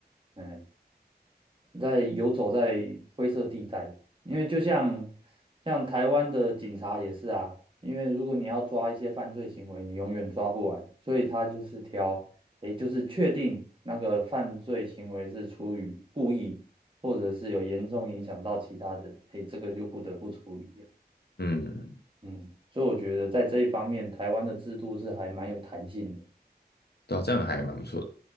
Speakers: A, on the right (about 30°); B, on the left (about 70°).
A: 嗯，在游走在灰色地带，因为就像像台湾的警察也是啊，因为如果你要抓一些犯罪行为，你永远抓不完，所以他就是挑，诶，就是确定那个犯罪行为是出于故意，或者是有严重影响到其他人，诶，这个就不得不处理啊。
B: 嗯，
A: 嗯，所以我觉得在这一方面，台湾的制度是还蛮有弹性的。
B: 对啊，这样还蛮不错的。